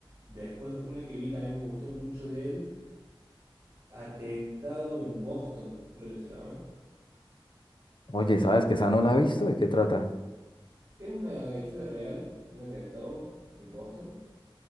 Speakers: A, on the right (about 25°); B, on the left (about 60°).
A: Después una que vi también me gustó mucho de él, Atentado en Boston, creo que se llama.
B: Oye,
A: Sí,
B: ¿sabes
A: atentado.
B: que esa no la he visto? ¿De qué trata?
A: Es una historia real de un atentado en Boston